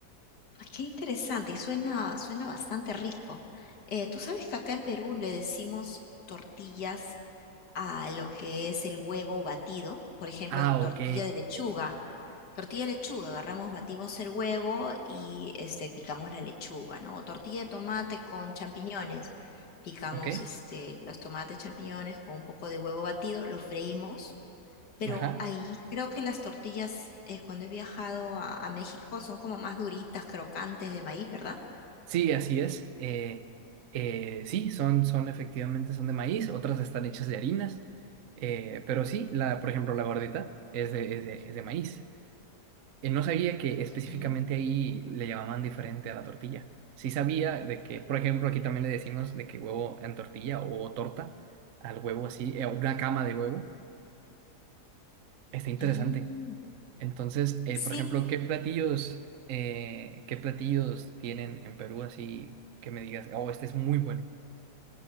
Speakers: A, on the left; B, on the right.
A: Ah, Qué interesante y suena, suena bastante rico. Eh, tú sabes que acá en Perú le decimos tortillas a lo que es el huevo batido, por ejemplo,
B: Ah,
A: tortilla
B: ok,
A: de lechuga. Tortilla de lechuga, agarramos, batimos el huevo y este, picamos la lechuga, ¿no? Tortilla de tomate con champiñones. Picamos
B: ok,
A: este, los tomates, champiñones con un poco de huevo batido, lo freímos, pero
B: ajá.
A: ahí creo que las tortillas, eh, cuando he viajado a, a México, son como más duritas, crocantes de maíz, ¿verdad?
B: Sí, así es. Eh, eh, sí, son, son efectivamente son de maíz, otras están hechas de harinas, eh, pero sí, la, por ejemplo, la gordita es de, es de, es de maíz. Eh, no sabía que específicamente
A: Mm,
B: ahí le llamaban diferente a la tortilla. Sí sabía de que, por ejemplo, aquí también le decimos de que huevo en tortilla o torta al huevo así, eh, una cama de huevo. Está interesante.
A: mm.
B: Entonces, eh,
A: Sí,
B: por ejemplo, ¿qué platillos, eh, qué platillos tienen en Perú así que me digas, oh, este es muy bueno?